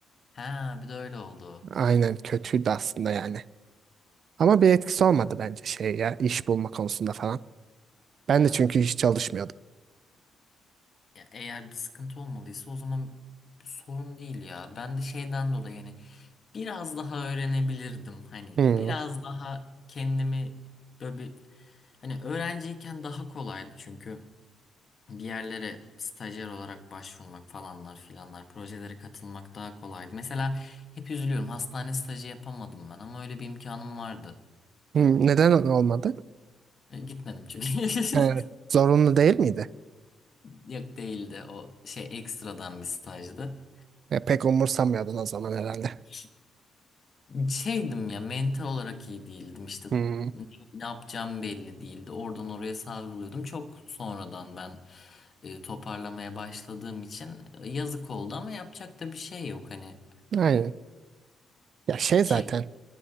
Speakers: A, on the left; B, on the right.
A: Ha, bir de öyle oldu.
B: Aynen kötüydü aslında yani. Ama bir etkisi olmadı bence şey ya iş bulma konusunda falan. Ben
A: Ya,
B: de çünkü hiç çalışmıyordum.
A: ya eğer bir sıkıntı olmadıysa o zaman bir sorun değil ya. Ben de şeyden dolayı yani biraz daha öğrenebilirdim hani
B: Hmm.
A: biraz daha kendimi böyle bir hani öğrenciyken daha kolaydı çünkü bir yerlere stajyer olarak başvurmak falanlar filanlar projelere katılmak daha kolaydı. Mesela hep üzülüyorum hastane stajı yapamadım ben ama öyle bir imkanım vardı.
B: Hmm, Neden olmadı?
A: E, gitmedim çünkü. <laughs>
B: Evet. Zorunlu değil miydi?
A: Yok değildi o şey ekstradan bir stajdı.
B: Ya, pek umursamıyordun o zaman herhalde.
A: Ee, Şeydim ya mental olarak iyi değildim işte
B: Hmm,
A: ne ne yapacağım belli değildi oradan oraya savruluyordum çok sonradan ben e, toparlamaya başladığım için e, yazık oldu ama yapacak da bir şey yok hani
B: aynen. Ya şey
A: ki
B: zaten